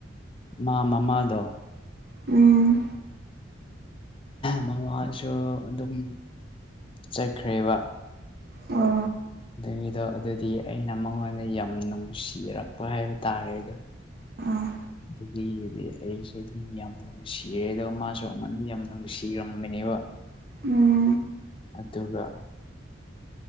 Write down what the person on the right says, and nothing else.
ꯎꯝ
ꯑꯣ
ꯎ
ꯑꯣ